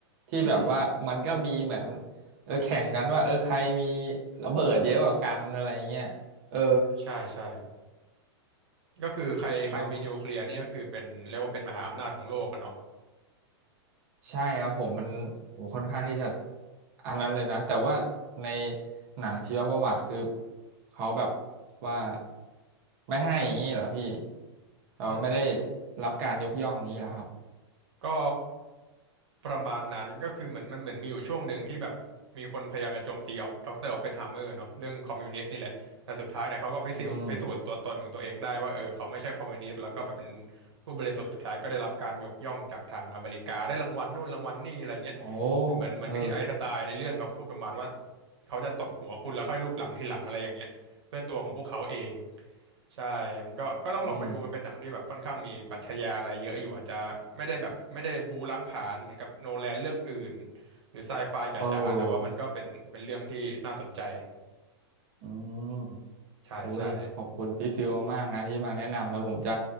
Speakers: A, on the right (about 35°); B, on the right (about 85°).
A: ที่แบบว่ามันก็มีเหมือน
B: อืม
A: เออแข่งกันว่าเออใครมีระเบิดเยอะกว่ากันอะไรเงี้ยเออ
B: ใช่ใช่ก็คือใครใครมีนิวเคลียร์นี่ก็คือเป็นเรียกว่าเป็นมหาอำนาจของโลกอะเนาะ
A: ครับ ใช่ครับผมมันโอ้ค่อนข้างที่จะอันนั้นเลยนะแต่ว่าในหนังชีวประวัติคือเขาแบบว่าไม่ให้อย่างนี้เหรอพี่เราไม่ได้
B: อืม
A: รับการยกย่องนี้เหรอครับ
B: ก็ ประมาณนั้นก็คือเหมือนมันเหมือนมีอยู่ช่วงหนึ่งที่แบบมีคนพยายามจะโจมตีออปดรออปเพนไฮเมอร์เนาะเรื่องคอมมิวนิสต์นี่แหละแต่สุดท้ายเนี่ยเขาก็พิสูจน์พิสูจน์ตัวตนของตัวเองได้ว่าเออเขาไม่ใช่คอมมิวนิสต์แล้วก็แบบเป็น
A: อืม
B: ผู้บริสุทธิ์สุดท้ายก็ได้รับการยกย่องจากทางอเมริกาได้รางวัลนู่นรางวัลนี่อะไรเงี้ย
A: โอ้
B: เหมือนเหมือนกับที่ไอน์สไตน์ในเรื่องเขาพูดประมาณว่า
A: เออ
B: เขาจะตบหัวคุณแล้วค่อยลูบหลังทีหลังอะไรอย่างเงี้ยเพื่อตัวของพวกเขาเอง ใช่ มันก็ก็ต้องลองไปดูมันเป็นหนังที่แบบค่อนข้างมีปรัชญาอะไรเยอะอยู่อาจจะไม่ได้แบบไม่ได้บู๊ล้างผลาญเหมือนกับโนแลนเรื่องอื่น
A: อืม
B: หรือไซไฟจ๋าๆ
A: เออ
B: แต่ว่ามันก็เป็นเป็นเรื่องที่น่าสนใจ
A: อืม
B: ใช่ใช่
A: โอ้ยขอบคุณพี่ฟิลมากๆนะที่มาแนะนำแล้วผมจะ